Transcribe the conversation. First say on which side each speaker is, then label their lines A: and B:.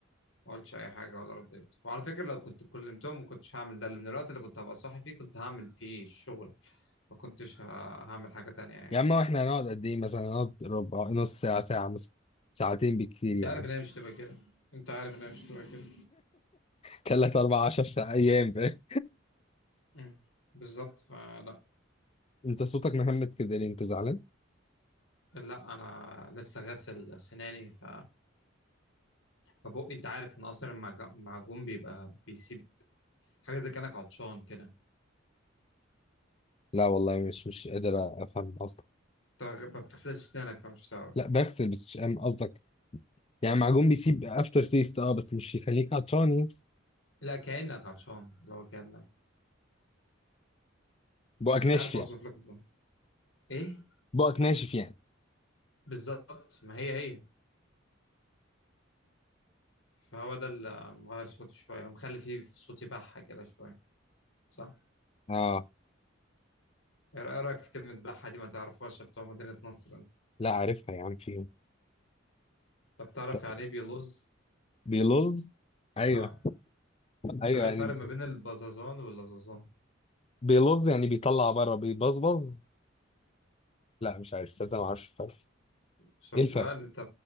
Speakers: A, on the left; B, on the left.
A: ما قلتش اي حاجه ولا رديت وعلى فكره لو كنت كلمتهم ما كنتش هعمل ده لان الوقت اللي كنت هبقى صاحي فيه كنت هعمل فيه الشغل ما كنتش ه- هعمل حاجه تانية يعني
B: يا عم احنا هنقعد قد ايه مثلا هنقعد ربع نص ساعة ساعة مثلا ساعتين بالكتير
A: انت
B: يعني
A: عارف ان هي مش تبقى كده انت عارف ان هي مش تبقى كده
B: تلات أربع عشر ساعة أيام فاهم
A: مم. بالظبط فلا
B: أنت صوتك مهمت كده ليه أنت زعلان؟
A: لا انا لسه غاسل سناني ف فبقي انت عارف ان اصلا المعج- المعجون بيبقى بيسيب حاجه زي كانك عطشان كده
B: لا والله مش مش قادر أفهم قصدك
A: انت ما بتغسلش سنانك فمش تعرف
B: لا بغسل بس مش فاهم قصدك يعني معجون بيسيب أفتر تيست أه بس مش يخليك عطشان يعني
A: لا كأنك عطشان لو كأنك
B: بقك
A: مش
B: ناشف
A: عارف
B: يعني
A: اوصف لك ازاي ايه
B: بقك ناشف يعني
A: بالظبط ما هي هي فهو ده اللي مغير صوتي شويه مخلي فيه في صوتي بحه كده شويه صح
B: أه
A: ايه رأيك في كلمه بحه دي ما تعرفهاش يا بتوع مدينه نصر انت
B: لا عارفها يا عم في
A: طب تعرف
B: ط-
A: يعني ايه بيلوز
B: بيلظ أيوه
A: اه
B: أيوه
A: طب ايه الفرق
B: يعني
A: ما بين البزازان واللزازان
B: بيلظ يعني بيطلع بره بيبظبظ لا مش عارف صدق ما أعرفش الفرق
A: شفت
B: إيه الفرق؟
A: بقى ان انت